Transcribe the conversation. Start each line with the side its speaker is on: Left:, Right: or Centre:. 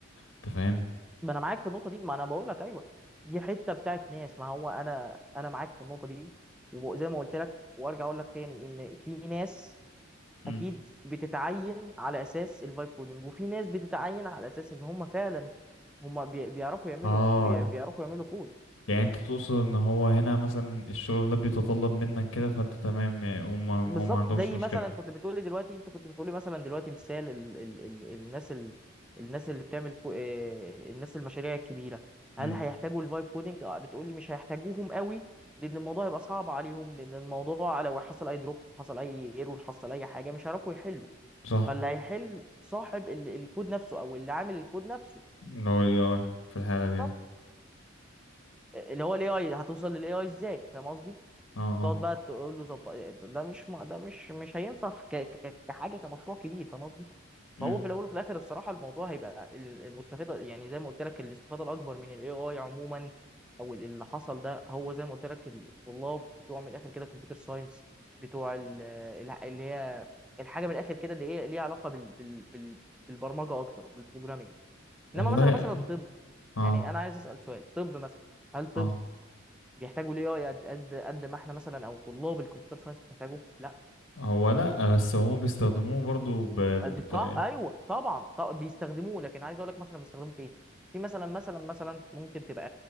Left: انت فاهم
Centre: ما انا معاك في النقطه دي ما انا بقول لك ايوه دي حته بتاعت ناس ما هو انا انا معاك في النقطه دي وزي ما قلت لك وارجع اقول لك تاني ان في ناس
Left: مم.
Centre: اكيد بتتعين على اساس الفايب كودنج وفي ناس بتتعين على اساس ان هم فعلا هم بي- بيعرفوا يعملوا
Left: اه
Centre: بي- بيعرفوا يعملوا كود
Left: يعني انت تقصد ان هو هنا مثلا الشغل ده بيتطلب منك كده فانت تمام يعني هم هم
Centre: بالظبط
Left: ما عندهمش
Centre: زي
Left: مشكلة
Centre: مثلا كنت بتقولي دلوقتي انت كنت بتقولي مثلا دلوقتي مثال ال ال ال الناس ال الناس اللي بتعمل فو اه الناس المشاريع الكبيره
Left: امم
Centre: هل هيحتاجوا الفايب كودنج اه بتقولي مش هيحتاجوهم قوي لان الموضوع هيبقى صعب عليهم لان الموضوع لو حصل اي دروب حصل اي ايرور حصل اي حاجه مش هيعرفوا يحلوا
Left: صح
Centre: فاللي هيحل صاحب ال الكود نفسه او اللي عامل الكود نفسه
Left: لو ال AI في الحالة
Centre: بالظبط
Left: دي يعني
Centre: اللي هو الاي اي هتوصل للاي اي ازاي فاهم قصدي
Left: اه اه
Centre: تقعد بقى تقول له ظبط ده مش م- ده مش مش هينفع في ك... ك... كحاجه كمشروع كبير فاهم قصدي؟
Left: مم.
Centre: فهو في الاول وفي الاخر الصراحه الموضوع هيبقى ال- المستفاده يعني زي ما قلت لك الاستفاده الاكبر من الاي اي عموما او ال- اللي حصل ده هو زي ما قلت لك ال- الطلاب بتوع من الاخر كده كمبيوتر ساينس بتوع ال- ال- اللي هي الحاجه من الاخر كده اللي هي ليها علاقه بال... بال... بال... بالبرمجه اكتر بالبروجرامينج
Left: والله
Centre: انما مثلا مثلا طب
Left: اه
Centre: يعني انا عايز اسال سؤال طب مثلا هل طب
Left: اه
Centre: بيحتاجوا الاي اي قد قد قد ما احنا مثلا او طلاب الكمبيوتر ساينس بتحتاجه لا
Left: هو لا بس هم بيستخدموه برضو ب...
Centre: بصع...
Left: بطريقة
Centre: ايوه طبعا ط- بيستخدموه لكن عايز اقول لك مثلا بيستخدموه في ايه في مثلا مثلا مثلا ممكن تبقى